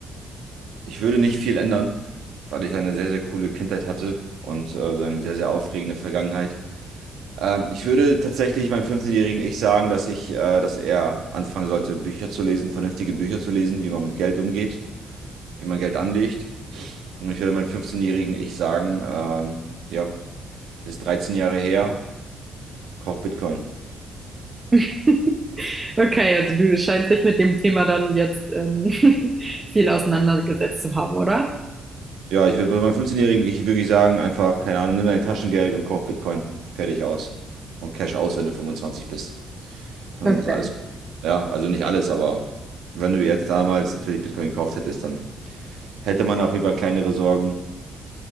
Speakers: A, on the right; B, on the right.
A: ich würde nicht viel ändern, weil ich eine sehr, sehr coole Kindheit hatte und äh, so eine sehr, sehr aufregende Vergangenheit. Ähm, ich würde tatsächlich meinem 15-jährigen Ich sagen, dass ich, äh, dass er anfangen sollte, Bücher zu lesen, vernünftige Bücher zu lesen, wie man mit Geld umgeht, wie man Geld anlegt. Und ich würde meinem 15-jährigen Ich sagen, ähm, ja, das ist 13 Jahre her, kauf Bitcoin.
B: <laughs> Okay, also du scheinst dich mit dem Thema dann jetzt ähm, <laughs> viel auseinandergesetzt zu haben, oder?
A: Ja, ich würde bei meinem 15-Jährigen ich wirklich sagen, einfach, keine Ahnung, nimm dein Taschengeld und kauf Bitcoin. Fertig aus. Und Cash aus, wenn du 25 bist. Und
B: Okay.
A: dann ist alles. Ja, also nicht alles, aber wenn du jetzt damals natürlich Bitcoin gekauft hättest, dann hätte man auf jeden Fall kleinere Sorgen.